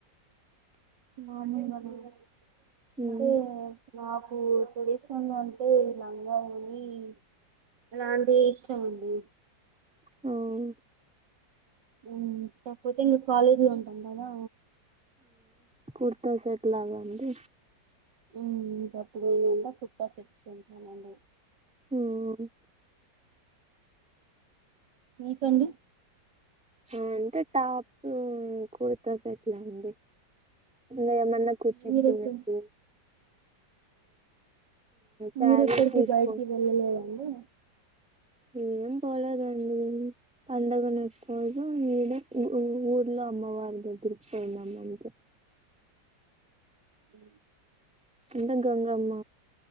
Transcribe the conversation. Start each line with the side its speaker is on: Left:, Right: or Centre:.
Right: మాములు వా
Centre: ఉమ్
Right: అంటే నాకు ట్రెడిషనల్ అంటే లంగా ఓని అలాంటి ఇష్టం అండి
Centre: హ్మ్
Right: హ్మ్మ్ కాకపోతే ఇంకా కాలేజీ లో ఉంటాం కదా
Centre: కుర్తా సెట్ లాగా అండి
Right: <inaudible>
Centre: హ్మ్మ్
Right: మీకండి
Centre: హ్మ్ అంటే టాప్ కుర్తా సెట్ అండి ఇకా ఏమన్నా కుర్తి
Right: మీరెక్క
Centre: <inaudible> శారీ
Right: మీరెక్కడికి
Centre: తీసుకొని
Right: బయటికి వేళ్ళ లేదా అండి
Centre: ఏం పోలేద్ అండి పండగ నెక్స్ట్ రోజు ఇడా ఊర్లో అమ్మవారి దగ్గరికి పోయినామ అంతె
Right: ఉ
Centre: అంటే గంగమ్మ